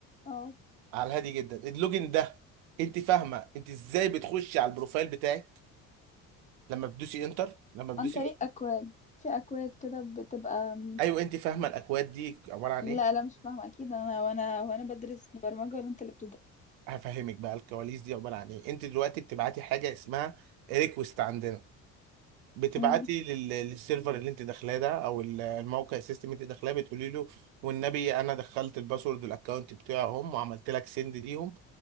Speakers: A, on the left; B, on the right.
A: اه
B: على الهادي جدا اللوجين ده انت فاهمه انت ازاي بتخشي على البروفايل بتاعك لما بتدوسي انتر لما بتدوسي
A: عن طريق اكواد في اكواد كده بتبقى م-
B: ايوه انت فاهمه الاكواد دي عباره عن
A: لا
B: ايه
A: لا مش فاهمه اكيد انا وانا وانا بدرس برمجه ولا انت اللي بتدرس
B: هفهمك بقى الكواليس دي عباره عن ايه انت دلوقتي بتبعتي حاجه اسمها ريكوست عندنا بتبعتي
A: امم
B: لل... للسيرفر اللي انت داخلاه ده او ال- الموقع السيستم اللي انت داخلاه بتقولي له والنبي انا دخلت الباسورد والاكونت بتاعهم وعملت لك سند ليهم